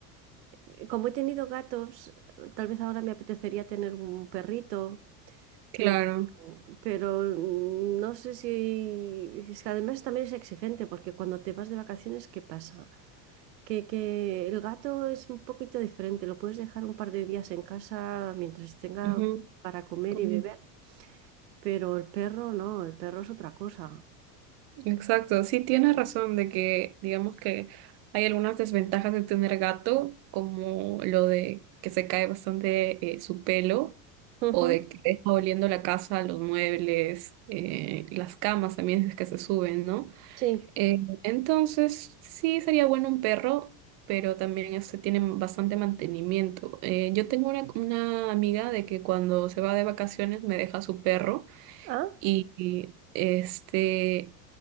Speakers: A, on the right; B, on the right.
A: eh, como he tenido gatos, tal vez ahora me apetecería tener un perrito,
B: Claro.
A: pero... Pero mm, no sé si... Es que además también es exigente, porque cuando te vas de vacaciones, ¿qué pasa? Que, que el gato es un poquito diferente, lo puedes dejar un par de días en casa mientras tenga
B: ujú,
A: para comer
B: como-
A: y beber, pero el perro no, el perro es otra cosa.
B: Exacto. Sí, tienes razón de que, digamos que hay algunas desventajas de tener gato, como lo de que se cae bastante eh, su pelo,
A: Ujú,
B: o de que está oliendo la casa, los muebles, eh, las camas también si es que se suben, ¿no?
A: Sí.
B: Eh, entonces, sí sería bueno un perro, pero también este, tienen bastante mantenimiento. Eh, yo tengo una, una amiga de que cuando se va de vacaciones me deja su perro
A: Ah,
B: y, y, este